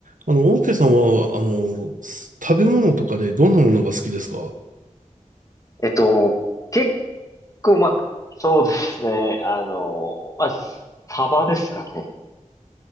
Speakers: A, on the right; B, on the left.
A: あの、オーケーさんは、あの、食べ物とかでどんなものが好きですか
B: えっと、結構、まあ、そうですね。あの、まあ、サバですかね。